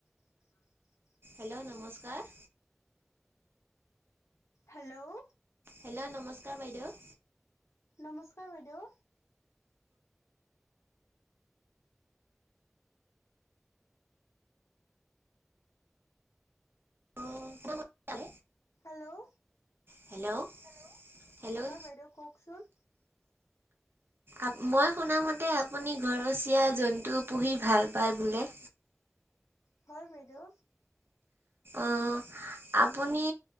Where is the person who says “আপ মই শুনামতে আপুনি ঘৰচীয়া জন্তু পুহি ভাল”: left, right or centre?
Right